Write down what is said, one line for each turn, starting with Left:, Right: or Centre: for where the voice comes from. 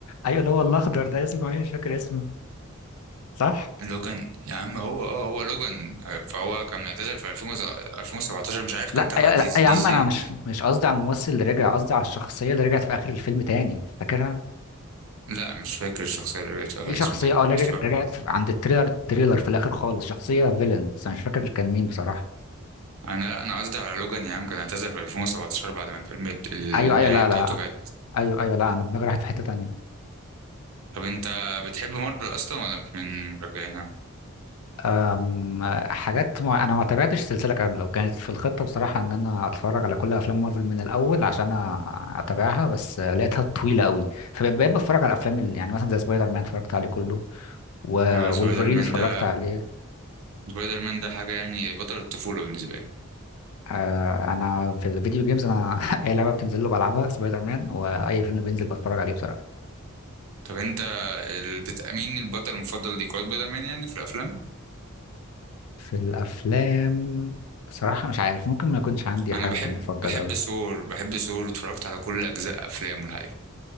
Left: ايوه اللي هو الاخضر ده اسمه ايه مش فاكر اسمه صح
Right: لوجان يا عم هو اه هو لوجان فهو كان اعتزل في 2000 2017 مش عارف كان
Left: لا
Right: تبع
Left: يا
Right: دي,
Left: لا يا
Right: دي
Left: عم
Right: سي
Left: انا مش مش قصدي على الممثل اللي رجع قصدي على الشخصيه اللي رجعت في اخر الفيلم تاني فاكرها
Right: لا مش فاكر الشخصية اللي جت في آخر
Left: في شخصيه
Right: اسم تاني
Left: اه اللي رج-
Right: ف-
Left: رجعت في- عند التريلر التريلر في الاخر خالص شخصيه فيلن بس انا مش فاكر كان مين بصراحه
Right: أنا لا أنا قصدي على لوجان يا عم كان اعتزل في 2017 بعد ما الفيلم بت- النهاية
Left: ايوه ايوه لا
Right: بتاعته
Left: لا
Right: جت
Left: ايوه ايوه لا انا دماغي راحت في حته تانيه
Right: طب أنت بتحب مارفل أصلا ولا من مشجعينها؟
Left: أم، حاجات مع... انا ما تابعتش السلسله كامله وكانت في الخطه بصراحه ان انا اتفرج على كل افلام مارفل من الاول عشان أ- اتابعها بس لقيتها طويله قوي فبقيت بتفرج على الافلام اللي يعني مثلا زي سبايدر مان اتفرجت عليه كله و-
Right: آه
Left: وولفرين
Right: سبايدر مان
Left: اتفرجت
Right: ده
Left: عليه
Right: سبايدر مان ده حاجة يعني بطل الطفولة بالنسبة لي
Left: آه، انا في الفيديو جيمز انا <laughs> اي لعبه بتنزل له بلعبها سبايدر مان واي فيلم بينزل بتفرج عليه بصراحه
Right: طب انت ال- بت- مين البطل المفضل ليك هو سبايدر مان يعني في الافلام
Left: في الافلام بصراحه مش عارف ممكن ما يكونش عندي
Right: انا
Left: حد
Right: بحب
Left: مفضل
Right: بحب
Left: قوي
Right: ثور بحب ثور اتفرجت على كل اجزاء افلامه الحقيقه